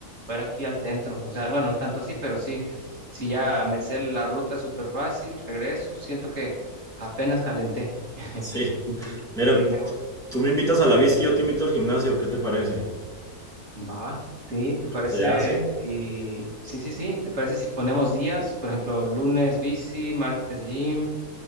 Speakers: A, on the right (about 50°); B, in the centre.
A: fuera aquí al centro. O sea, bueno, no tanto así, pero sí, sí ya me sé la ruta súper fácil, regreso, siento que apenas calenté. <laughs>
B: Sí.
A: Entonces,
B: Mira,
A: sí, me
B: tú me invitas a la bici y yo te invito al gimnasio, ¿qué te parece?
A: va. Sí, ¿te parece
B: ¿Se hace?
A: si... Sí, sí, sí, ¿te parece si ponemos días? Por ejemplo, lunes bici, martes gym,